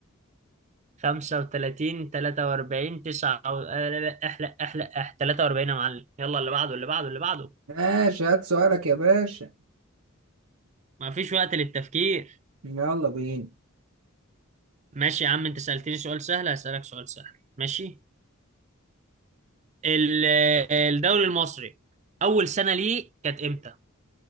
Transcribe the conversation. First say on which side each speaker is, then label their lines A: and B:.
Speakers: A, on the right; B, on the right.
A: خمسة وتلاتين تلاتة وأربعين تسعة و... آه، لا، لا، احلق احلق اح تلاتة وأربعين يا معلم يلا اللي بعده اللي بعده اللي بعده
B: ماشي هات سؤالك يا باشا
A: مفيش وقت للتفكير
B: يلا بينا
A: ماشي يا عم أنت سألتني سؤال سهل هسألك سؤال سهل ماشي ال- الدوري المصري أول سنة ليه كانت إمتى؟